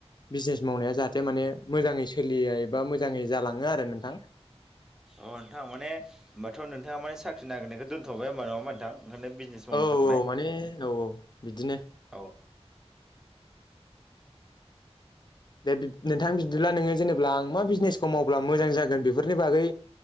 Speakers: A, on the left; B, in the centre.
A: बिजनेस मावनाय जाहाथे माने मोजाङै सोलियो एबा मोजाङै जालाङो आरो नोंथां
B: अ नोंथां मे होनोमबाथ नोंथाङा माने साख्रि नागिरनायखौ दोनथबाय होनोमबा नङामा नोंथां ओंखायनो बिजनेस मावनो
A: औ
B: सानबाय
A: माने औ बिदिनो
B: औ
A: दे नोंथां बिदिब्ला नोङो जेनेबा आं मा बिजनेसखौ मावब्ला मोजां जागोन बेखौ बेफोरनि बागै